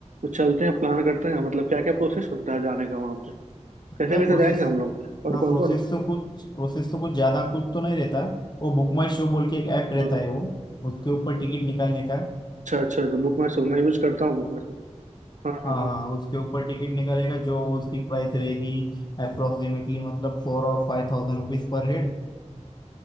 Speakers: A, on the right; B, on the left.
A: चलते हैं प्लान करते हैं मतलब क्या क्या प्रोसेस होता है जाने का वहां पे कैसे
B: क्या
A: कैसे
B: प्रोसेस
A: जाएंगे हम लोग और
B: हाँ
A: कौन
B: प्रोसेस
A: कौन
B: तो कुछ प्रोसेस तो कुछ ज़्यादा कुछ तो नहीं रहता है वो बुक माई शो बोल के एक ऐप रहता
A: हम्म
B: है वो उसके ऊपर टिकट निकालने का
A: अच्छा अच्छा अच्छा बुक माई शो मैं यूज करता हूँ बुक माई शो हाँ
B: हाँ
A: हाँ हाँ
B: हाँ उसके ऊपर टिकट निकलेगा जो उसकी प्राइस रहेगी अप्रोक्सीमेटली मतलब फोर और फाइव थाउजेंड रुपीज पर हेड